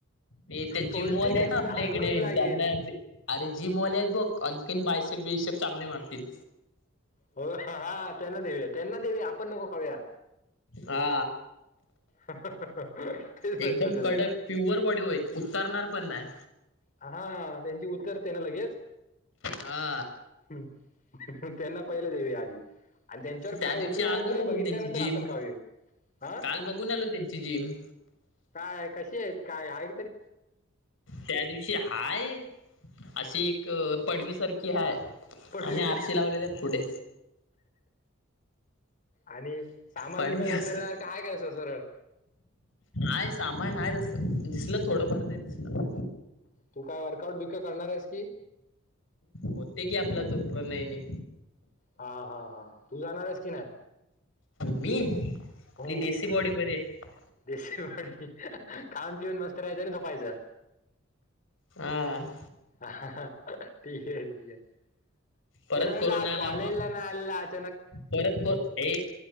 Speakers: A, on the left (about 65°); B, on the left (about 40°).
A: ये त्या
B: पौष्टिक
A: जिमवाले हाय
B: असलं
A: ना आपल्या
B: हगवण
A: इकडे
B: लागेल
A: त्यांना दे अरे जिमवाले आहेत बघ आणखीन बाय--. बीशेब चांगले मारतील.
B: हो हा त्यांना देऊया त्यांना देऊया आपण नको खाऊूया.
A: हा.
B: तेचं म्हंटल
A: एकदम
B: तुला.
A: कडक प्युअर बॉडी होईत उतरणार पण नाही
B: हा त्यांची उतरते ना लगेच?
A: हा.
B: त्यांना पहिलं देऊया आधी. आणि त्यांच्यावर
A: त्या
B: काय
A: दिवशी
B: उपयोग
A: आलो
B: होतो हे
A: बघून
B: बघितल्यानंतर
A: त्यांची जिम
B: आपण खावे. आ
A: काल बघून आलो त्यांची जिम
B: काय कशी आहेस काय हाय
A: त्या दिवशी हाय अशी एक पडवी सारखी हाय
B: पडवी
A: आणि आरसे लावलेले आहेत पुढे.
B: आणि सामान
A: पाडवी
B: विमान
A: असतं
B: उचलणार काय हाय का असं सरळ?
A: आहे सामान आहे तसं दिसलं थोडंफार दिसलं.
B: तू काय वर्कआउट बिरकाऊट करणार आहेस की
A: होते की आपला तो प्रणयने.
B: हा हा हा तू जाणारेस की नाही?
A: मी,
B: हो
A: ही देसी बॉडी बरी हाय.
B: देशी बॉडी खाऊन पिऊन मस्त राहायचं, आणि झोपायचं.
A: हा
B: ह ठीक ये ठीक ये.
A: परत
B: तरी म्हंटल
A: कोरोना
B: आज
A: आला
B: कॉलेजला
A: मग
B: नाय आलेला आज.
A: परत को ए,